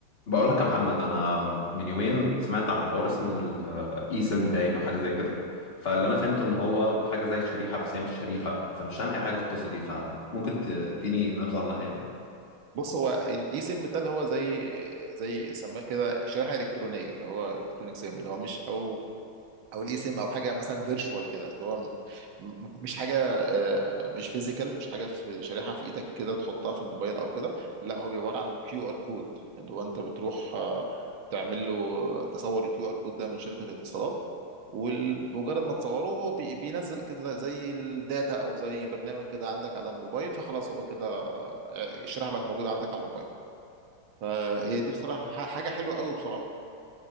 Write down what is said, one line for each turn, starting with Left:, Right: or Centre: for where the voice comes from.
Left: بقول لك يا محمد انا من يومين سمعت عن حوار اسمه الاي سم باين او حاجه زي كده فاللي انا فهمته ان هو حاجه زي الشريحه بس هي مش شريحه فانا مش فاهم اي حاجه في القصه دي فممكن تديني نبذه عنها يعني
Right: بص هو الاي سيم ده اللي هو زي زي سماه كده شريحه الكترونيه اللي هو الكترونيك سيم اللي هو مش او او الاي سيم او حاجه مثلا فيرتشوال كده اللي هو م- م- مش حاجه آه، مش فيزيكال مش حاجه في شريحه في ايدك كده تحطها في الموبايل او كده لا هو بيبقى عباره عن كيو ار كود اللي هو انت بتروح آه، تعمل له تصور الكيو ار كود ده من شركه الاتصالات ومجرد ما تصوره هو بي- بينزل كده زي الداتا او زي برنامج كده عندك على الموبايل فخلاص هو كده آه، الشريحه بقت موجوده عندك على الموبايل فهي دي بصراحه ح- حاجه حلوه قوي بصراحه